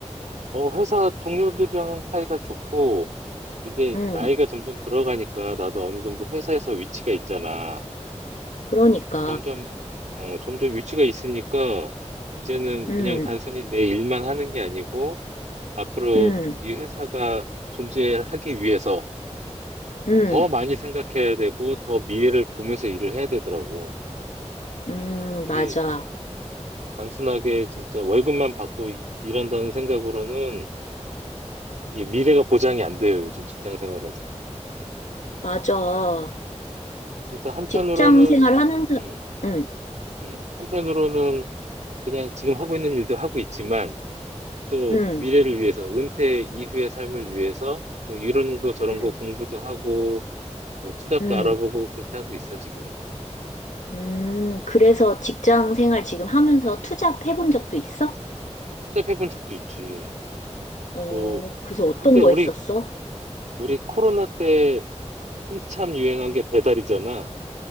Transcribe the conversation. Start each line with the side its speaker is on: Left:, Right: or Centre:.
Right: 어, 회사 동료들이랑 사이가 좋고, 근데
Left: 음,
Right: 나이가 점점 들어가니까 나도 어느 정도 회사에서 위치가 있잖아.
Left: 그러니까.
Right: 점점, 어, 점점 위치가 있으니까, 이제는
Left: 음,
Right: 그냥 단순히 내 일만 하는 게 아니고, 앞으로
Left: 음,
Right: 이 회사가 존재하기 위해서,
Left: 음,
Right: 더 많이 생각해야 되고, 더 미래를 보면서 일을 해야 되더라고.
Left: 음,
Right: 이게
Left: 맞아.
Right: 단순하게 진짜 월급만 받고 이- 일한다는 생각으로는 이게 미래가 보장이 안 돼요, 요즘 직장 생활에서는.
Left: 맞아.
Right: 그래서 한편으로는,
Left: 직장 생활 하는 사,
Right: 음,
Left: 음,
Right: 음, 한편으로는 그냥 지금 하고 있는 일도 하고 있지만, 또
Left: 음,
Right: 미래를 위해서, 은퇴 이후의 삶을 위해서, 뭐 이런 거 저런
Left: 음,
Right: 거 공부도 하고, 뭐 투잡도
Left: 음.
Right: 알아보고 그렇게 하고 있어, 지금은.
Left: 음, 그래서 직장 생활 지금 하면서 투잡 해본 적도 있어?
Right: 투잡해본 적도 있지.
Left: 어,
Right: 뭐,
Left: 그래서 어떤
Right: 한때
Left: 거
Right: 우리
Left: 했었어?
Right: 우리 코로나 때 한참 유행한 게 배달이잖아.